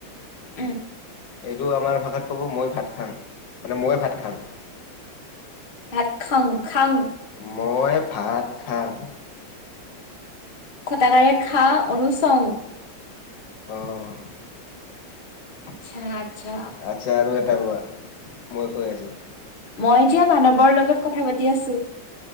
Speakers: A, on the left; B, on the left.
A: উম।
B: এইটো আমাৰ ভাষাত ক'ব মই ভাত খাওঁ মানে মই ভাত খাওঁ।
A: ভাত খাং খাং
B: মই ভাত খাওঁ।
A: কটাকাৰে খা অনুনচং
B: আহঁ।
A: আচ্ছা। আচ্ছা
B: আচ্ছা আৰু এটা কোৱা, মই কৈ আছো।
A: মই এতিয়া মানৱৰ লগত কথা পাতি আছো।